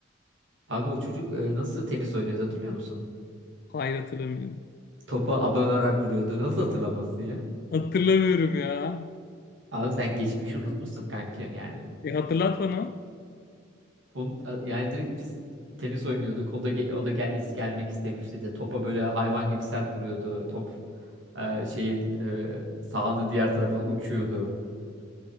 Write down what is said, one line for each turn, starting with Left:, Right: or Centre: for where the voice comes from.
Right: Abi o çocuk e, nasıl tenis oynuyordu hatırlıyor musun?
Left: Hayır hatırlamıyorum.
Right: Topa abanarak vuruyordu. Nasıl hatırlamazsın ya?
Left: Hatırlamıyorum ya.
Right: Abi sen geçmişi unutmuşsun kanki yani.
Left: E hatırlat bana.
Right: Oğlum, a- yani direkt biz tenis oynuyorduk. O da ge- o da gel is- gelmek istemişti de topa böyle hayvan gibi sert vuruyordu. Top e, şeyin e, sahanın diğer tarafına uçuyordu.